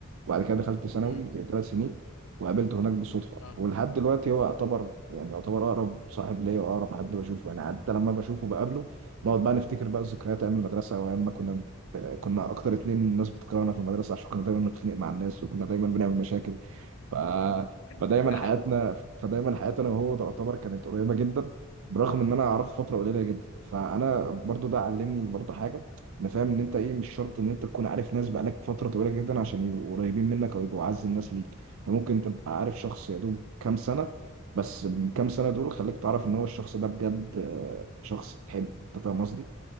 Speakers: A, on the right; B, on the left.
A: وبعد كده دخلت ثانوي
B: امم
A: ثلاث سنين وقابلته هناك بالصدفه
B: اه
A: ولحد دلوقتي هو يعتبر يعني يعتبر اقرب صاحب ليا واقرب حد بشوفه يعني حتى لما بشوفه بقابله نقعد بقى نفتكر بقى الذكريات ايام المدرسه وايام ما كنا كنا اكتر اتنين الناس بتكرهنا في المدرسه عشان كنا دايما بنتخانق مع الناس وكنا دايما بنعمل مشاكل ف
B: <laughs>
A: فدايما حياتنا فدايما حياتي انا وهو تعتبر كانت قريبه جدا برغم ان انا اعرفه فتره قليله جدا فانا برضو ده علمني برضو حاجه ان فاهم ان انت ايه مش شرط ان انت تكون عارف ناس بقالك فتره طويله جدا عشان يبقوا قريبين منك او يبقوا اعز الناس ليك انت ممكن تبقى عارف شخص يا دوب كام سنه بس من كام سنه دول خليك تعرف ان هو الشخص ده بجد آه، شخص تحبه انت فاهم قصدي